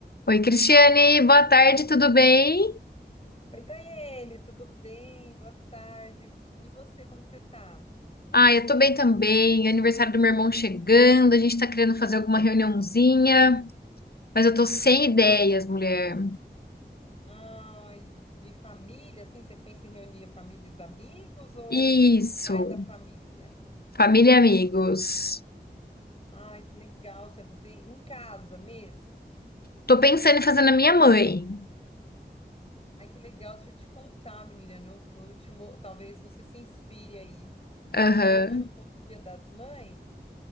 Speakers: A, on the left (about 65°); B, on the left (about 35°).
A: Oi, Cristiane, boa tarde, tudo bem?
B: Oi, Tayene, tudo bem? Boa tarde. E você, como que você tá?
A: Ah, eu tô bem também. Aniversário do meu irmão chegando, a gente tá querendo fazer alguma reuniãozinha, mas eu tô sem ideias, mulher.
B: Ai, de família, assim, você pensa em reunir a família, e os amigos ou
A: Isso,
B: mais a família?
A: família e amigos.
B: Ai, que legal, você vai fazer em casa mesmo.
A: Tô pensando em fazer na minha mãe.
B: Ai, que legal, deixa eu te contar, menina, no, no último, talvez você se inspire aí.
A: Aham,
B: No último Dia das Mães,